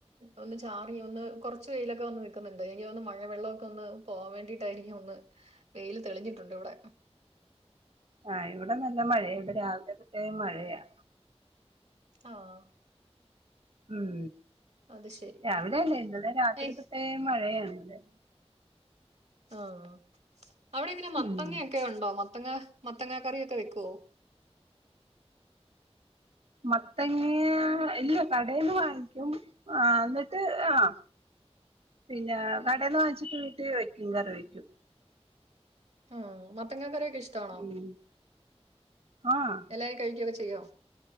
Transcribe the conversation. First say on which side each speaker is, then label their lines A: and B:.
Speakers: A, on the right (about 80°); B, on the right (about 60°).
A: ഒന്ന് ചാറി ഒന്ന് കൊർച്ച് വെയിലൊക്കെ വന്ന്. ക്കുന്നുണ്ട് എനിക്ക് തോന്നുന്ന് മഴവെള്ളമൊക്കെ ഒന്ന് പോവാൻ വേണ്ടീട്ടായിരിക്കും ഒന്ന് വെയിൽ തെളിഞ്ഞിട്ടുണ്ട് ഇവിടെ.
B: ആഹ് ഇവിടെ നല്ല മഴയുണ്ട് രാവിലെ തൊട്ടേ മഴയാ.
A: ആഹ്.
B: ഉം
A: അത് ശരി
B: രാവിലെ അല്ലേ ഇന്നലെ രാത്രി
A: ഏയ്
B: തൊട്ടേ മഴയാണിവിടെ.
A: ആഹ് അവിടെ എങ്ങനെ മത്തങ്ങ
B: ഉം
A: ഒക്കെ ഉണ്ടോ മത്തങ്ങ മത്തങ്ങ കറിയൊക്കെ വെക്കോ?
B: മത്തങ്ങാ ഇല്ല കടയിന്ന് വാങ്ങിക്കും ആഹ് ഇന്നിട്ട് ആഹ് പിന്നെ കടേന്ന് വാങ്ങിച്ചിട്ട് വീട്ടീ വയ്ക്കും കറി വെയ്ക്കും.
A: ആഹ് മത്തങ്ങാ ക്കറിയൊക്കെ ഇഷ്ടാണോ
B: ഉം ആഹ്
A: എല്ലാരും കഴിക്കൊക്കെ ചെയ്യോ.